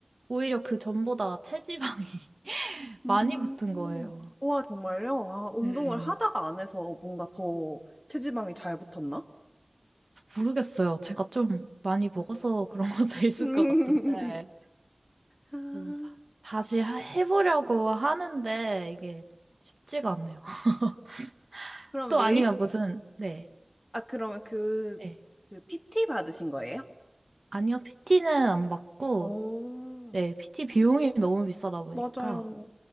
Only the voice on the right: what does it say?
오히려 그 전보다 체지방이 <laughs>
많이 붙은 거예요.
네.
모르겠어요. 제가 좀 많이 먹어서 그런 것도 <laughs> 있을
것 같은데
음, 다- 다시 하- 해보려고 하는데 이게 쉽지가 않네요. <laughs>
또
아니면 무슨 네,
네.
아니요 PT는 안 받고
네 PT 비용이 너무 비싸다 보니까